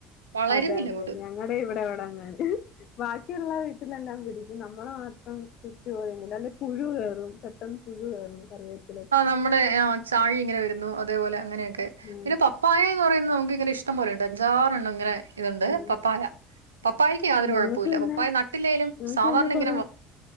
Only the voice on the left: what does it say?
അത അതെ
അതെ ഞങ്ങളടെ ഇവിടെ എവിടെങ്ങന ബാക്കിയുള്ള വീട്ടിലെല്ലാം പിടിക്കും' നമ്മളെ മാത്രം കുറ്റ പോയെങ്കിൽ അല്ല പുഴു കയറും പെട്ടെന്ന് പുഴു കേറും. കറിവേപ്പില്.
ഉം
ഉം
ഞങ്ങക്ക്
പിന്നെ
ഞങ്ങക്ക്
പിന്നെ കൊറെ